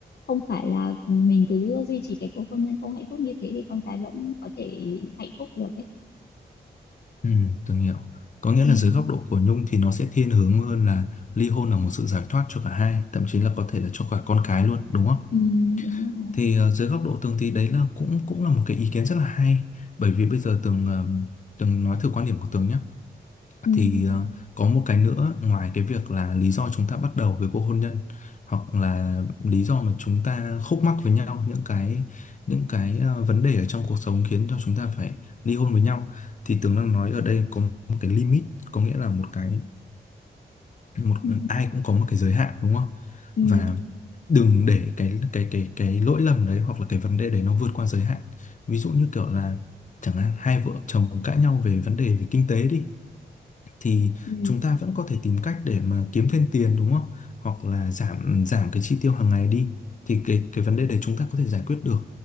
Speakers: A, on the left; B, on the left.
A: không phải là mình cứ duy trì cái cuộc hôn nhân không hạnh phúc như thế thì con cái vẫn có thể hạnh phúc được ấy
B: ừ Tường hiểu có nghĩa
A: ừ,
B: là dưới góc độ của Nhung thì nó sẽ thiên hướng hơn là ly hôn là một sự giải thoát cho cả hai thậm chí là có thể là cho cả con cái luôn đúng không
A: ừ, đúng rồi
B: thì ờ, dưới góc độ Tường thì đấy là cũng cũng là một cái ý kiến rất là hay bởi vì bây giờ Tường ờ, Tường nói thử quan điểm của Tường nhé
A: ừ,
B: thì ờ, có một cái nữa ngoài cái việc là lý do chúng ta bắt đầu với cuộc hôn nhân hoặc là lý do mà chúng ta khúc mắc với nhau những cái những cái ờ, vấn đề ở trong cuộc sống khiến cho chúng ta phải ly hôn với nhau thì Tường đang nói ở đây có một cái limit có nghĩa là một cái một
A: ừ,
B: ai cũng có một cái giới hạn đúng không
A: ừ,
B: và đừng để cái cái cái cái lỗi lầm đấy hoặc là cái vấn đề đấy nó vượt qua giới hạn ví dụ như kiểu là chẳng hạn hai vợ chồng cãi nhau về vấn đề về kinh tế đi thì
A: ừ,
B: chúng ta vẫn có thể tìm cách để mà kiếm thêm tiền đúng không? Hoặc là giảm giảm cái chi tiêu hàng ngày đi thì cái cái vấn đề đấy chúng ta có thể giải quyết được.